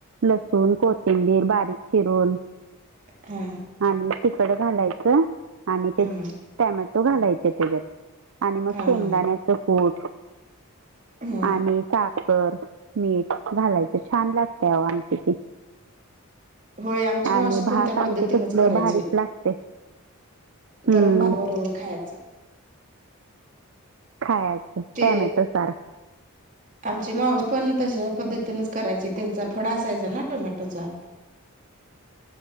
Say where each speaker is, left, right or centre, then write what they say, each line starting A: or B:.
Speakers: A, on the right (about 60°); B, on the right (about 35°).
A: लसूण कोथिंबीर बारीक चिरून.
B: हा..
A: आणि तिकड घालायचं आणि ते
B: हा हा
A: टॅमॅटो घालायचे त्याच्यात. आणि मग
B: हा
A: शेंगदाण्याच कूट
B: हा
A: आणि सा बर मीठ घालायचं छान लागत्या आहो आमटी ती.
B: होय आमची मावशी
A: आणि भात
B: पण त्या
A: आमची
B: पद्धतीनेच
A: तसलं
B: करायची.
A: भारीच लागते हम्म
B: गरम भात बरोबर खायचं.
A: खायाचं
B: ते
A: टॉमेटो सार.
B: आमची माऊशी पण तशा पद्धतीनेच करायची त्यांचा फड असायचा ना टमेटोचा.
A: <inaudible>